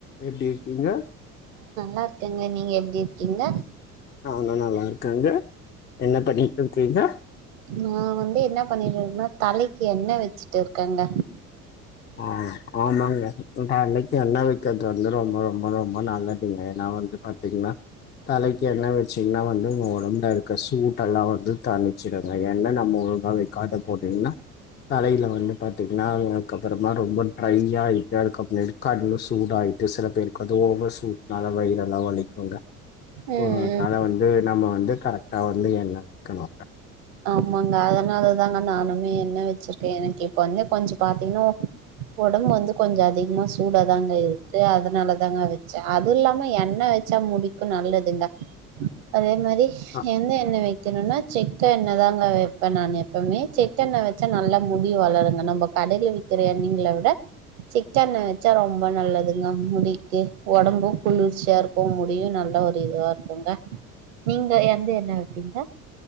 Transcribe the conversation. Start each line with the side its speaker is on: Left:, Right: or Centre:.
Left: எப்டி இர்க்கீங்க
Right: லார்க்கேங்க நீங்க எப்டி இருக்கீங்க
Left: ஆ நா நல்லார்க்கங்க என்ன பண்ணிட் இர்க்கீங்க
Right: நா வந்து என்ன பண்ணிட் இர்க்குனா தலக்கு எண்ண வெச்சுட்டு இர்க்கங்க
Left: ஆ ஆமாங்க தலக்கி என்ன வக்கற்து வந்து ரொம்ப ரொம்ப ரொம்ப நல்லதுங்க எனாவ வந்து பாத்தீங்ளா தலக்கி என்ன வெச்சீங்னா வந்து உங்க ஒடம்ல இருக்க சூட்டலா வந்து தணிச்சிடுங்க ஏன்ன நம்மோ ஒரு காலை காட்ட போட்டீங்னா தலைல வந்து பா்த்தீங்னா கப்புறமா ரொம்ப ட்ரை ஆயிட்டு அதுக்கப்னு எடுக்காடுன்னு சூட் ஆயிட்டு சில பேருக்கு வந்து ஓவ சூட்னால வய்றல்லா வலிக்குங்க
Right: ம்
Left: ஒ
Right: ம்
Left: அத வந்து நம்ம வந்து கரக்டா வந்து என்ன விக்கணு
Right: ஆமாங்க அதனாலதாங்க நானுமே என்ன வெச்சுர்க்கே எனக்கு இப்ப வந்து கொஞ்ச பாத்தீங்னு ஒடம் வந்து கொஞ்ச அதிக்மா சூடாதாங்க இருக்கு அதனால தாங்க வெச்ச அதுல்லாம எண்ணய் வெச்சா முடிக்கு நல்லதுங்க அதே மரி
Left: ஆ
Right: எந்த என்ன வெக்கணுன்னா செக் கென்ன தாங்க வெப்ப நான் எப்பமே செக் எண்ண வெச்சா நல்லா முடி வளருங்க நம்ப கடைல விக்கிற எண் நீங்ள உட செக் எண்ண வெச்சா ரொம்ப நல்லதுங்க முடிக்கு ஒடம்பு குளிர்ச்யா இருக்கு முடியு ந நல்ல ஒரு இதுவார்க்குங்க நீங்க எந்து என்ன வெப்பீங்க